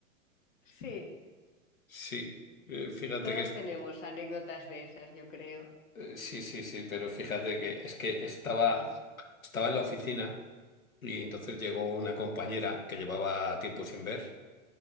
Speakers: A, on the left (about 65°); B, on the left (about 80°).
A: Sí,
B: Sí, eh, fíjate
A: todos
B: que es-
A: tenemos anécdotas de esas, yo creo.
B: eh, sí, sí, sí, pero fíjate que es que estaba
A: A ver.
B: estaba en la oficina y entonces llegó una compañera que llevaba tiempo sin ver.